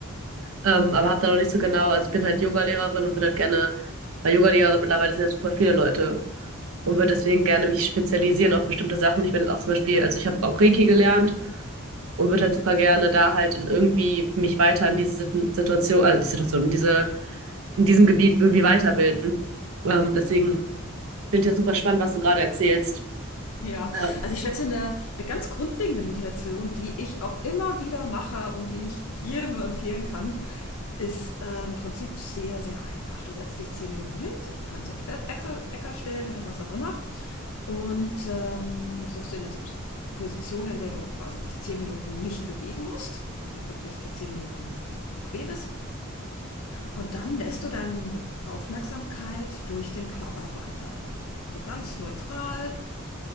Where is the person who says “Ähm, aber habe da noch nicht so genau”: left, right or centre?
Right